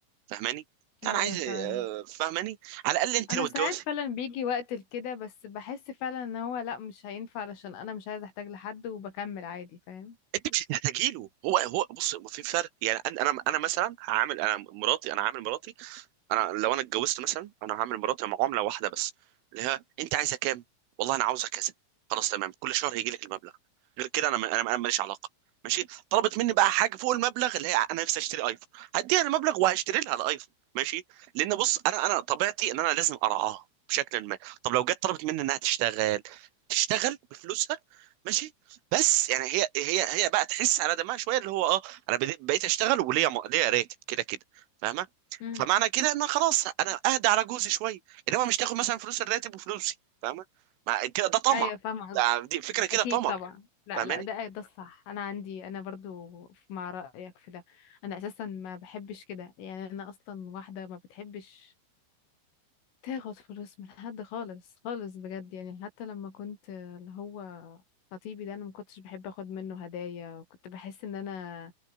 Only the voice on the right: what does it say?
فاهماني لا
انا عايز
آه، فاهماني على الاقل انت
لو
اتجوزت
انت مش هتحتاجي له هو هو بص في فرق يعني انا انا أنا مثلا هعامل انا مراتي انا عامل مراتي انا لو انا اتجوزت مثلا انا هعمل مراتي معامله واحده بس اللي هي انت عايزه كام والله انا عاوزه كذا خلاص تمام كل شهر هيجي لك المبلغ غير كده انا انا أنا ماليش علاقه ماشي طلبت مني بقى حاجه فوق المبلغ اللي هي انا نفسي اشتري ايفون هديها المبلغ وهشتري لها الايفون ماشي لان بص انا انا طبيعتي ان انا لازم ارعاها بشكل ما طب لو جت طلبت مني انها تشتغل تشتغل بفلوسها ماشي بس يعني هي هي هي بقى تحس على دمها شويه اللي هو اه انا بدي- بقيت اشتغل وليا م- ليا راتب كده كده فاهمه
فمعنى كده ان خلاص انا اهدى على جوزي شويه انما مش تاخد مثلا فلوس الراتب وفلوسي فاهمه مع كده ده طمع
ده دي فكره كده
طمع
فاهماني